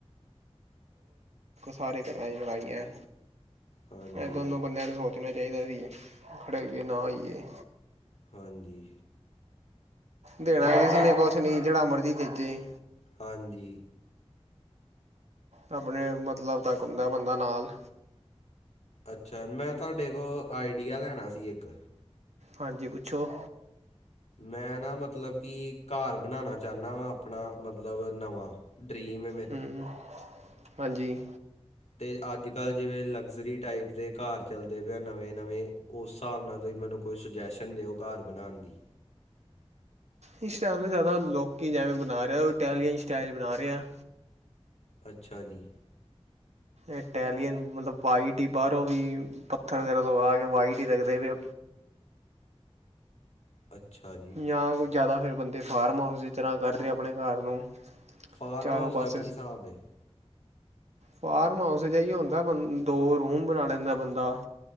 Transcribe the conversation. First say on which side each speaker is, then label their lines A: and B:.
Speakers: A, on the right (about 85°); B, on the left (about 85°).
A: ਸਾਰੇ ਘਰਾਂ ਚ ਲੜਾਈ ਐ,
B: ਹਾਂਜੀ
A: ਐ ਦੋਨੋ ਬੰਦਿਆਂ ਨੂੰ ਸੋਚਣਾ ਚਾਹੀਦਾ ਸੀ, ਖੜ੍ਹੇ ਹੋਈਏ ਨਾ ਹੋਇਏ।
B: ਹਾਂਜੀ।
A: ਦੇਣਾ
B: ਮੈਂ
A: ਕਿਸੇ
B: ਤਾਂ
A: ਨੇ ਕੁਝ ਨਹੀਂ, ਜਿਹੜਾ ਮਰਜ਼ੀ ਦੇਦੇ।
B: ਹਾਂਜੀ।
A: ਆਪਨੇ ਮਤਲਬ ਤੱਕ, ਹੁੰਦਾ ਬੰਦਾ ਨਾਲ।
B: ਅੱਛਾ, ਮੈਂ ਤੁਹਾਡੇ ਕੋਲ ਆਈਡੀਆ ਲੈਣਾ ਸੀ ਇੱਕ।
A: ਹਾਂ ਜੀ ਪੁੱਛੋਂ।
B: ਮੈਂ ਨਾ ਮਤਲਬ ਕਿ, ਘਰ ਬਣਾਉਣਾ ਚਾਹੰਦਾ ਵਾ ਆਪਣਾ ਮਤਲਬ ਨਵਾਂ। ਡ੍ਰੀਮ।
A: ਹਾਂਜੀ।
B: ਤੇ ਅੱਜਕੱਲ੍ਹ ਜਿਵੇਂ ਲਗਜ਼ਰੀ ਟਾਈਪ ਦੇ ਘਰ ਚੱਲਦੇ ਪਏ ਨਵੇਂ ਨਵੇਂ, ਉਸ ਹਿਸਾਬ ਨਾਲ ਤੁਸੀਂ ਮੈਨੂੰ। ਕੋਈ ਸਜੈਸ਼ਨ ਦਿਓ, ਘਰ ਬਨਾਣ ਦੀ।
A: ਇਸ ਟਾਈਮ ਤੇ, ਜ਼ਿਆਦਾ ਲੋਕੀ ਜੇਵੇਂ ਬਣਾ ਰਹੇ ਉਹ ਇਟਾਲਲੀਅਨ ਸਟਾਈਲ ਬਣਾ ਰਿਹੇ ਆ।
B: ਅੱਛਾ, ਜੀ
A: ਇਟਲੀਅਨ ਮਤਲਬ ਵਾਈਟ ਹੀ ਬਾਹਰੋਂ ਵੀ ਪੱਥਰ ਵਗੈਰਾ ਲਗਾ ਕੇ, ਵਾਈਟ ਹੀ ਰੱਖਦੇ ਪਾਏ।
B: ਅੱਛਾ ਜੀ।
A: ਜਾਂ ਕੋਈ ਜ਼ਿਆਦਾ ਫਿਰ ਬੰਦੇ, ਫਾਰਮਹਾਊਸ ਦੀ ਤਰ੍ਹਾਂ ਕਰਦੇ ਆਪਣੇ ਘਰ ਨੂੰ।
B: ਫਾਰਮਹਾਊਸ
A: ਚਾਰੋਂ ਪਾਸੇ
B: ਦਾ ਕੀ ਹਿਸਾਬ ਹੈ।
A: ਫਾਰਮਹਾਊਸ ਜਹੀ ਹੁੰਦਾ, ਦੋ ਰੂਮ ਬਣਾ ਲੈਂਦਾ ਹੇ ਬੰਦਾ।